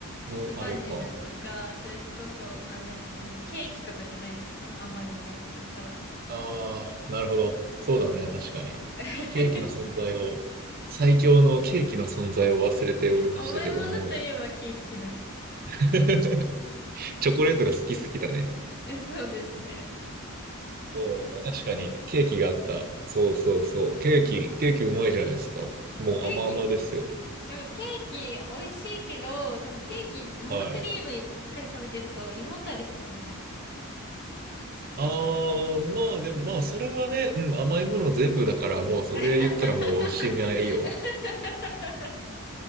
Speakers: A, on the right; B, on the left.
A: のあれか。
B: そう、バニラとか、それこそ、あれ、あの、ケーキとかじゃないですか甘いものって言ったら。
A: ああ、なるほど。そうだね、確かに。
B: <laughs>
A: ケーキの存在を、最強のケーキの存在を忘れておりましたけども、
B: 甘いものといえばケーキな。
A: <laughs> チョコレートが好きすぎだね。
B: えそうですね。
A: そうね、確かに。ケーキがあった。そうそうそう。ケーキ、ケーキうまいじゃないですか。もう甘々ですよ。
B: ケーキ、でもケーキ美味しいけど、でもケーキ生クリームばっかり食べてると胃もたれしちゃうじゃないですか。
A: はい。ああ、まあでも、まあそれはね、うん、甘いもの全部だから、もうそれ言ったらもうおしまいよ。
B: <laughs>